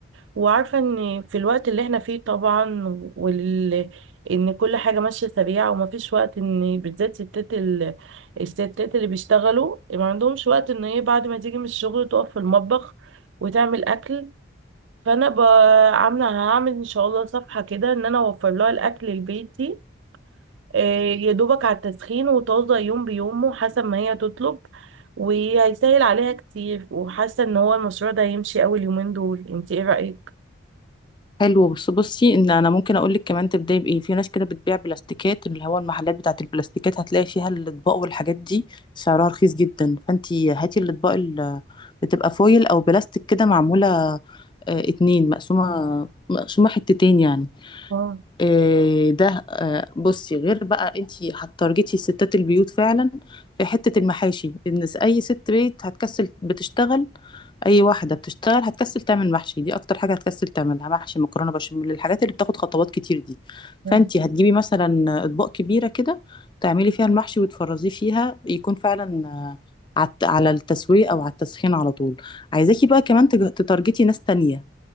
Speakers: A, on the right (about 75°); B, on the left (about 25°).
A: وعارفه ان في الوقت اللي احنا فيه طبعا وال ان كل حاجه ماشيه سريعه ومفيش وقت ان بالذات ستات ال... الستات اللي بيشتغلوا ما عندهمش وقت ان هي بعد ما تيجي من الشغل تقف في المطبخ وتعمل اكل فانا ب- عامله هعمل ان شاء الله صفحه كده ان انا اوفر لها الاكل لبيتي آه، يا دوبك على التسخين وطازة يوم بيومه حسب ما هي تطلب وهيسهل عليها كتير وحاسة ان هو المشروع ده هيمشي اول يومين دول انت ايه رأيك؟
B: حلو بس بصي ان انا ممكن اقول لك كمان تبداي بايه في ناس كده بتبيع بلاستيكات اللي هو المحلات بتاعه البلاستيكات هتلاقي فيها الاطباق والحاجات دي سعرها رخيص جدا فانتي هاتي الاطباق اللي بتبقى فويل او بلاستيك كده معموله آه، اتنين مقسومه مقسومه حتتين يعني
A: اه
B: إيه ده آه، بصي غير بقى انت هتارجتي الستات البيوت فعلا في حتة المحاشي ان س- اي ست بيت هتكسل بتشتغل اي واحدة بتشتغل هتكسل تعمل محشي دي اكتر حاجة هتكسل تعملها محشي مكرونة بشاميل الحاجات اللي بتاخد خطوات كتير دي
A: اه
B: فانت هتجيبي مثلا اطباق كبيرة كده تعملي فيها المحشي وتفرزيه فيها يكون فعلا آه، عت- على التسوية او على التسخين على طول عايزاكي بقى كمان تج- تتارجتي ناس تانية